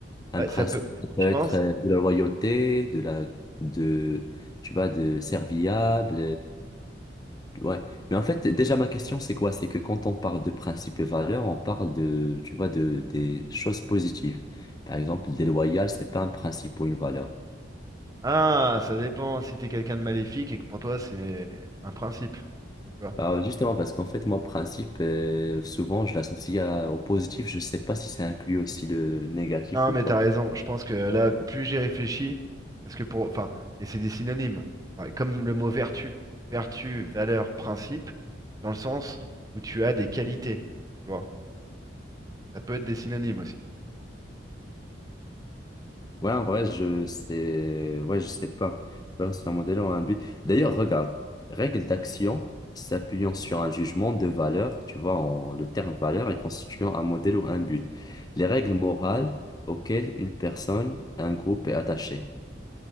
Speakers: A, on the left; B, on the right.
A: un
B: ouais,
A: principe,
B: ça peut,
A: ça peut
B: je
A: être
B: pense,
A: euh, de la loyauté, de la, de, tu vois, de serviable. Ouais. Mais en fait, déjà, ma question, c'est quoi? C'est que quand on parle de principes et valeurs, on parle de, tu vois, de, des choses positives. Par exemple, déloyal, c'est pas un principe ou une valeur.
B: Ah, ça dépend si t'es quelqu'un de maléfique et que pour toi c'est un principe, tu vois.
A: Bah, justement, parce qu'en fait, moi, principe, euh, souvent, je l'associe à- au positif. Je sais pas si ça inclut aussi le négatif
B: Non,
A: ou
B: mais
A: pas.
B: t'as raison, je pense que là, plus j'y réfléchis, parce que pour, enfin, et c'est des synonymes, Ouais, comme le mot vertu, vertu, valeur, principe, dans le sens où tu as des qualités, tu vois. Ça peut être des synonymes aussi.
A: Ouais, en vrai, je sais, ouais, je sais pas. Transfert modèle ont un but. D'ailleurs, regarde, règle d'action s'appuyant sur un jugement de valeur, tu vois, en- le terme valeur est constituant un modèle ou un but. Les règles morales auxquelles une personne, un groupe est attaché.